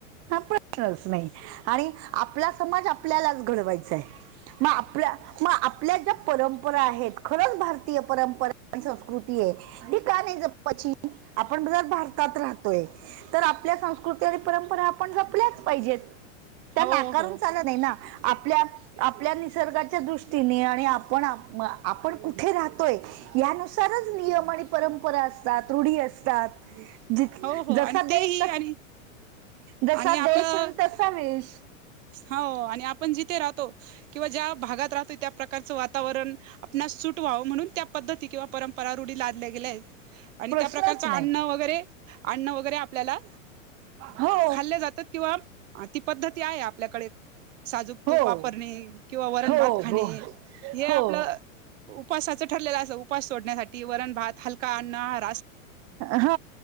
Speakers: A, on the right; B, on the right.
A: हा प्रश्नच नाही आणि आपला समाज आपल्यालाच घडवायचाय. म आपल्या म आपल्या ज्या परंपरा आहेत खरंच भारतीय परंपरा आणि संस्कृतीये ती का नाही जपावायची आपण जर भारतात राहतोय. तर आपल्या संस्कृती आणि परंपरा पन जपल्याच पाहिजेत, त्या
B: हो
A: नाकारून
B: हो
A: चाल नाहि ना, आपल्या आपल्या निसर्गाच्या दृष्टीने आणि आपण आपण कुठे राहतोय? यानुसारच नियम आणि परंपरा असतात रुढी असतात. जथ
B: हो हो
A: जसा
B: आणि तेही
A: देश तसा
B: आणि
A: जसा
B: आणि
A: देशन
B: आपलं
A: तसा वेश.
B: हो आणि आपण जिथे राहतो किंवा ज्या भागात राहतो त्या प्रकारचं वातावरण आपणस सुट व्हावं म्हणून त्या पद्धती किंवा परंपरा रूढी लादल्या गेल्या आहेत. आणि
A: प्रश्नच
B: त्या प्रकारचं अन्न
A: नाही
B: वगैरे अन्न वगैरे आपल्याला
A: हो
B: खाल्ल्या जातात किंवा ती पद्धती आहे आपल्याकडे साजूक
A: हो
B: तूप वापरणे किंवा वरण
A: हो
B: भात खाणे.
A: हो
B: हे
A: हो
B: आपलं उपासाचं ठरलेलं अस उपास सोडण्यासाठी वरण भात हलका अन्न रास
A: ह